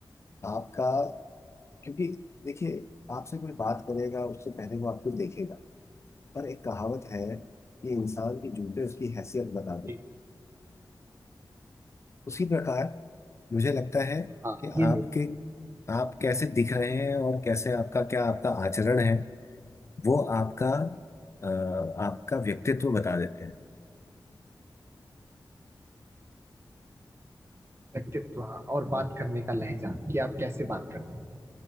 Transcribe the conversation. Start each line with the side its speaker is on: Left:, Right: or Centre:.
Left: आपका क्योंकि देखिए आपसे कोई बात करेगा उससे पहले वो आपको देखेगा पर एक कहावत है कि इंसान की जूते उसकी हैसियत बता दो
Right: कि
Left: उसी प्रकार मुझे लगता है
Right: हाँ
Left: कि
Right: ये मेरा
Left: आपके आप कैसे दिख रहे हैं और कैसे आपका क्या आपका आचरण है वो आपका अ, आपका व्यक्तित्व बता देते हैं
Right: व्यक्तित्व हाँ और बात करने का लहजा कि आप कैसे बात करते हैं